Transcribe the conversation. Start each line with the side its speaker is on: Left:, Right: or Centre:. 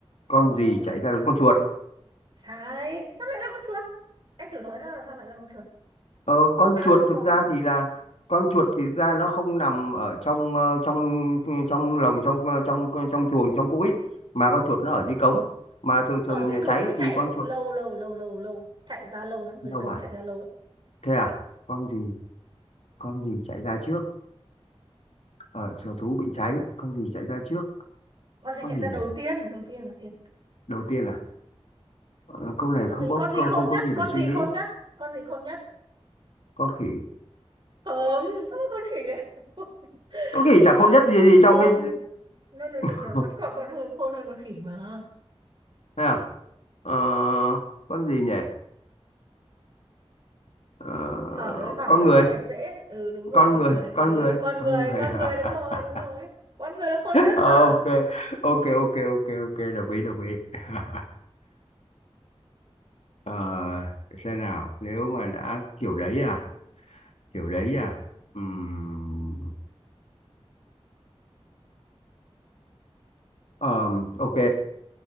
Left: con
Right: Trời
Left: gì chạy ra đúng con chuột
Right: Sai, sao lại là con chuột? Anh thử nói ra là sao lại là con chuột?
Left: ờ, con
Right: Bao
Left: chuột
Right: nhiêu
Left: thực
Right: con?
Left: ra thì là con chuột thì thực ra nó không nằm ở trong ờ, trong trong lồng trong ờ, trong trong chuồng trong cũi mà con chuột nó ở dưới cống mà thường thường
Right: Ở dưới
Left: nhà
Right: cống
Left: cháy
Right: thì chạy
Left: thì con
Right: cũng
Left: chuột
Right: lâu lâu lâu lâu lâu, chạy ra lâu lắm, dưới
Left: đâu
Right: cống
Left: à
Right: chạy ra lâu lắm.
Left: thế à con gì con gì chạy ra trước ở sở thú bị cháy con gì chạy ra trước
Right: Con gì
Left: con
Right: chạy
Left: gì
Right: ra
Left: nhỉ
Right: đầu tiên, đầu tiên, đầu tiên.
Left: đầu tiên là Ờ, câu này
Right: con
Left: không
Right: gì
Left: có
Right: con gì
Left: co-
Right: khôn
Left: không
Right: nhất
Left: có gì
Right: con
Left: để suy
Right: gì
Left: nghĩ
Right: khôn nhất con gì khôn nhất
Left: con khỉ
Right: không sao con khỉ đấy <laughs>
Left: con khỉ chả
Right: còn
Left: khôn nhất gì, gì
Right: không
Left: trong cái
Right: nó nó nó
Left: <laughs>
Right: nó vẫn còn con hơn khôn hơn con khỉ mà
Left: thế nào Ờ, con gì nhỉ Ờ,
Right: trời ơi bảo
Left: con
Right: là
Left: người
Right: câu này dễ ừ đúng rồi
Left: con
Right: con
Left: người
Right: người
Left: con
Right: đúng
Left: người
Right: con
Left: con
Right: người
Left: người
Right: con người đúng rồi
Left: <laughs>
Right: đúng rồi con người là khôn nhất
Left: Ờ,
Right: mà
Left: ok ok ok ok ok đồng ý đồng ý <laughs> Ờ, để xem nào nếu mà đã kiểu đấy à kiểu đấy à Ừm, ờm, ok